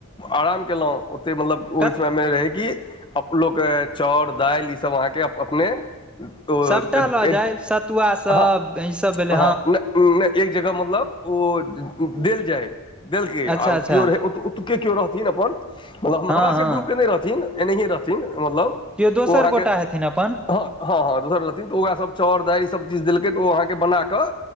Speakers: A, on the left (about 20°); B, in the centre.
A: आराम केलहुँ ओते मतलब
B: कत
A: ओहि समयमें रहै कि अलोक चाउर दालि ईसब आहाँके अपने ओ
B: सभटा लऽ
A: एक
B: जाय सतुआ सब
A: हँ
B: ईसभ भेलै
A: हँ नय एक जगह मतलब ओ देल जाइ छय देलकै आ
B: अच्छा
A: ओ
B: अच्छा
A: केओ रहय ओतके केओ रहथिन अपन हम
B: हँ
A: हमरा
B: हँ
A: सबके ग्रुपकेने रहथिन एनाहिए रहथिन मतलब
B: किओ दोसर
A: ओ अहाँके
B: गोटा हेथिन अपन
A: हँ हँ हँ दोसर रहथिन तऽ ओकास सभ चउर दाइल सब चीज देलकै तऽ ओ अहाँके बना कऽ